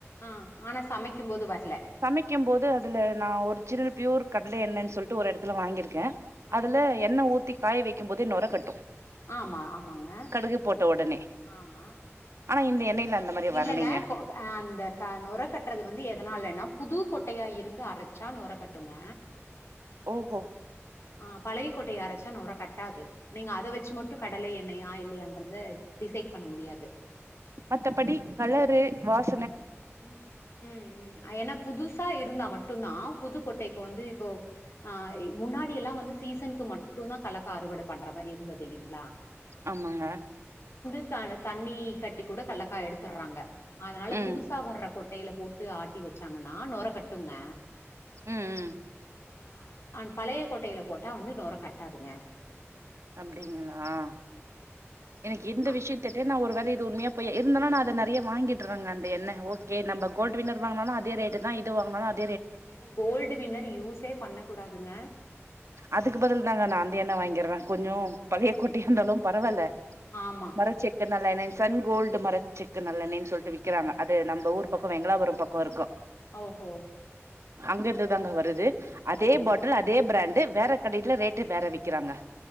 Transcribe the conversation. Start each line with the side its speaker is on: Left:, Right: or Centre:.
Left: ஆ ஆனா சமைக்கும் போது வரல
Right: சமைக்கும் போது அதுல நா ஒரு சிற் பியூர் கடல எண்ணெனு சொல்லிட்டு ஒரு எடத்துல வாங்கியிருக்கே
Left: ஆ
Right: அதுல என்ன ஊத் திக் காய வைக்கு போதே நொர கட்டு
Left: ஆமா ஆமாங்க
Right: கடுகு போட்ட ஒடனே
Left: ஆமா
Right: ஆனா இந்த எண்ணெய்ல அந்த மாரி
Left: இல்லங்க
Right: வரலைங்க
Left: கொ க அந்த நொர கட்டுறது வந்து எதனாலன்னா புது கொட் ட்டையா இருந்து அரைச்சா நொர கட்டுங்க.
Right: ஓ ஓ.
Left: ஆ பழையகொட்டைய அரைச்சா நொர கட்டாது நீங்க அத வெச்சு மட்டு கடல எண்ணெயா இல்லையாங்கறத டிசைட் பண்ண முடியாது.
Right: மத்தபடி கலரு வாச-
Left: ம் ம் ம் என்னா புதுசா இருந்தா மட் மட்டுந்தா புதுக்கோட்ட இப்ப வந்து இப்போ ஆ முன்னாடி எல்லா வந்து சீசனுக்கு மட்டுந்தா கல்க்கா அறுவாட பண்ற மாரி இருந்தது இல்லைங்களா
Right: ஆமாங்க
Left: க்கான தண்ணி கட்டி கூட கள்ளக்கா எடுத்தற்றாங்க அதனால
Right: ம்
Left: புது கொட்டையில போட்டு ஆட்டி வச்சாங்கன்னா நொர கட்டுங்க
Right: ம் ம்
Left: ஆ அப் அன் பழைய கோட்டையில போட்டா வந்து நொர கட்டாதுங்க
Right: அப்படிங்களா
Left: ஆமாங்க
Right: எனக்கு இந்த
Left: ஆ
Right: விஷயத் தெரியா ஒரு இது உண்மையா பொய்யா இருந்தாலு அத நெறையா வாங்கிட்டு இருந்தங்க அந்த எண்ணெ ஓகே நம்ம கோல்ட் வின்னர் வாங்குனாலு அதே ரேட்டு தா இது வாங்குனாலு அது
Left: ஏங்க கோல்டு வின்னர் யூஸே பண்ண கூடாதுங்க
Right: அதுக்கு பதில் தாங்க நா அந்த எண்ணெ வாங்கிர்றே கொஞ்சோ பழைய குட்டி இருந்தாலு பரவால்ல
Left: ஆமா
Right: மரச்செக்கு நல்லெண்ணெ சன் கோல்டு மரச்செக்கு நல்லண்ணெய்ன்னு சொல்ட்டு விக்கறாங்க அது நம்ப ஊர்
Left: ஓ
Right: பக்கம் வெங்களாபுரம் பக்கம் கொ இருக்கு
Left: ஓஹோ
Right: அங்க இருந்துதாங்க வருது அதே
Left: செரி
Right: பாட்டல்
Left: செரி
Right: அதே பிராண்ட் வேற கடைல்ல ரேட்டு் வேற வைக்க கிறாங்கா